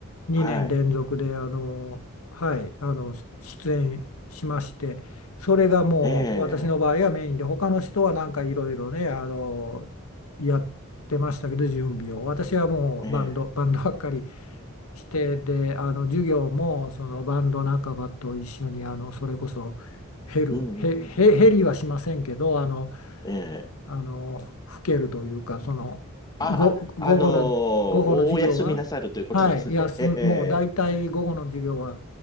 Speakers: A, on the left (about 85°); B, on the left (about 15°).
A: 2年連続で、
B: はい。
A: あの、はい、あの、し出演しまして、それがもう、
B: ええ。
A: 私の場合はメインで、他の人はなんかいろいろね、あの、やってましたけど、準備を。私はもう、
B: ええ。
A: バンド、バンドばっかり。してであの授業もそのバンド仲間と一緒にあのそれこそヘルヘ、
B: うん。うんうん
A: ヘ、ヘリはしませんけどあの、
B: ええ。
A: あの吹けるというかそのご午後の午後の授業ははい休んもう大体午後の授業は
B: あ、あ、あのーお、お休みなさるということですね。<laughs> ええ